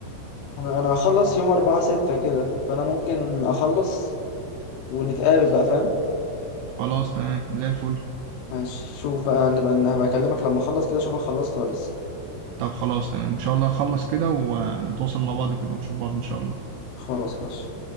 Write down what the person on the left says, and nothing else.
انا انا هخلص يوم أربعة ستة كده فانا ممكن اخلص ونتقابل بقى فاهم
ماشي شوف بقى نبقى هبقى اكلمك لما اخلص كده اشوفك خلصت ولا لسه
خلاص ماشي